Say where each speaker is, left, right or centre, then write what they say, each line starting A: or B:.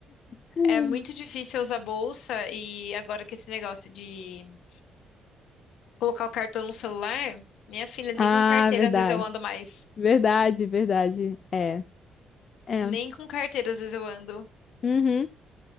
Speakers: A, on the left; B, on the left.
A: Hum.
B: É muito difícil eu usar bolsa e agora que esse negócio de colocar o cartão no celular, minha filha,
A: Ah,
B: nem com carteira
A: verdade.
B: às vezes eu ando mais.
A: Verdade, verdade. É, é.
B: Nem com carteira às vezes eu ando.
A: Uhum.